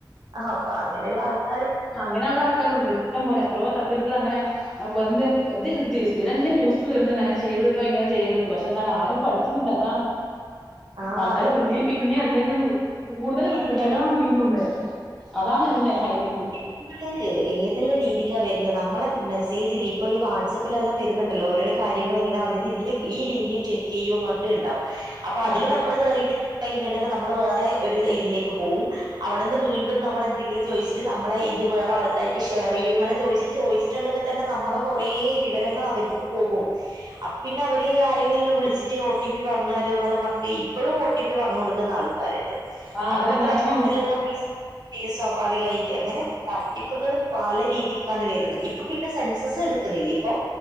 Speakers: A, on the right; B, in the centre.
A: ആഹ് അപ്പ അങ്ങനെള്ള ആൾ
B: അങ്ങനെയുള്ള ആൾക്കാരുണ്ട് ഇഷ്ടം പോലെ എത്രോ ത <unintelligible> അങ്ങനെ വന്ന് സ്ഥിരങ്ങൻ ന്യൂസ് വര്ന്നുണ്ട് അങ്ങനെ ചെയ്ത്തിട്ടോ ഇങ്ങനെ ചെയ്യര്ത്തിട്ടോ പഷ് റ്റെൻ തന്നെ ആരും പഠിക്കുന്നില്ല അതാണ്
A: ആ
B: ആൾക്കാാര്
A: അതന്നെ
B: പിന്നേ
A: ഇപ്പൊ
B: പിന്നെ അതിലേക്കങ് കൂടുതലും
A: രീതിക്ക്
B: സ്ത്രീകളാണ് വി തോന്ന അതാണ് ഇതിന് ഹൈലൈറ്റ്
A: <unintelligible> ഏത് ള്ളരീതിക്കാ വരുന്നത് നമ്മളെ മെസ്സേജില് ഇപ്പൊ ഈ വാട്സപ്പിലെല്ലാം വരുന്നുണ്ടല്ലോ ഓരോ കാര്യങ്ങും ഇങ്ങനെ വന്നിട്ട് ഇതില് ഈ ലിങ്കിൽ ക്ലിക്ക് ചെയ്യൂന്ന് പറഞ്ഞട്ട്ണ്ടാവും അപ്പൊ അതില്
B: ആ
A: നമ്മള് കേറിട്ട് <unintelligible> ട്ടുണ്ടെങ്കില് നമ്മള് വേറെ ഒരു ഇതിലേക്ക് പോവും അവിടുന്ന് വീണ്ടും നമ്മള ന്തെങ്കിലു ചോദിച്ചി നമ്മളെ ഇത് വേറെ ആൾക്കാർക്ക് ഷെയറെയ്യോ എന്നല്ലാം ചോയച്ട്ട് ചോയ്ച്ചിട്ടുണ്ടെങ്ക് തന്നെ നമ്മളെ കൊറേ വിവരങ്ങൾ അവർക്ക് പോകും അപ്പൊ പിന്നെ അവര് ആരെങ്കിലു വിളിച്ചിട്ട് ഓ ടി പി പറഞ്ഞരോല്ല മർഞ്ഞിട്ട് ഇപ്പോഴും ഓ ടി പ്പി പറഞ്ഞു കൊടുക്കുന്ന ആൾക്കാരുണ്ട്
B: ആ
A: അപ്പ
B: അതന്നെ
A: നമ്മളെ
B: അങ്ങനെയുണ്ട്
A: അക്കൗണ്ടില്ള്ള പൈസ സ്വാഭാവികായിട്ട് അങ്ങനെ തട്ടിപ്പുകൾ പല രീതിക്കാണ് വരുന്നത് ഇപ്പൊ പിന്നെ സെൻസസ് എടുക്കുന്നില്ല അപ്പോ